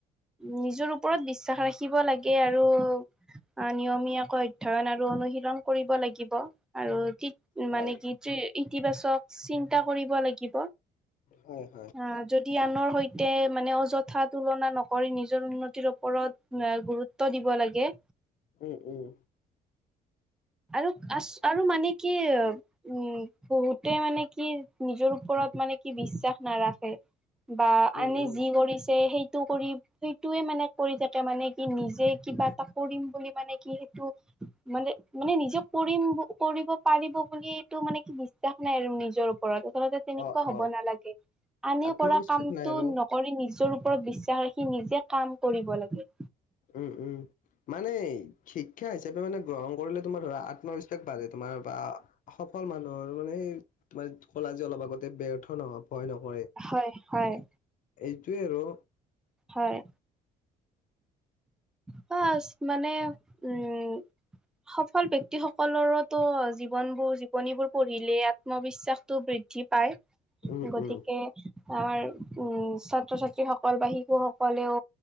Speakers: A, in the centre; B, on the left.
A: নিজৰ ওপৰত বিশ্বাস ৰাখিব লাগে আৰু আ নিয়মীয়াকৈ অধ্যয়ন আৰু অনুশীলন কৰিব লাগিব আৰু
B: হয়
A: মানে কি ইতিবাচক চিন্তা কৰিব লাগিব
B: হয় হয়
A: অ যদি আনৰ সৈতে মানে অযথা তুলনা নক কৰি নিজৰ উন্নতিৰ ওপৰত গুৰুত্ব দিব লাগে
B: উম উম
A: আৰু আ আৰু মানে কি উম বহুতে মানে কি নিজৰ ওপৰত মানে কি বিশ্বাস নাৰাখে বা
B: উম
A: আনে
B: উম
A: যি কৰিছে সেইটো কৰি সেইটোয়ে মানে কৰি থাকে মানে কি নিজে কিবা এটা কৰিম বুলি মানে কি সেইটো মানে মানে নিজে কৰিম কৰিব পাৰিব বুলি এইটো মানে কি বিশ্বাস নাই আৰু নিজৰ ওপৰত আচলতে তেনেকোৱা
B: অ
A: হব
B: অ
A: নালাগে আনে
B: আত্মবিশ্বাস
A: কৰা কামটো
B: নাই আৰু
A: নকৰি নিজৰ ওপৰত বিশ্বাস ৰাখি নিজে কাম কৰিব লাগে
B: উম উম মানে শিক্ষা হিচাপে মানে গ্ৰহণ কৰিলে তোমাৰ ধৰা আত্মবিশ্বাস বাঢ়ে তোমাৰ বা সফল মানুহৰ মানে তোমাৰ ক'লাজি অলপ আগতে বেয় নহ ভয় নকৰে
A: হয় হয়
B: এইটোৱে আৰু
A: হয় বা মানে উম সফল ব্যক্তিসকলৰো ত জীৱনবোৰ জীৱনীবোৰ পঢ়িলে ইয়াত আত্মবিশ্বাসটো বৃদ্ধি পায়
B: উম
A: গতিকে
B: উম
A: আমাৰ উম ছাত্ৰ ছাত্ৰীসকল বা শিশু সকলেও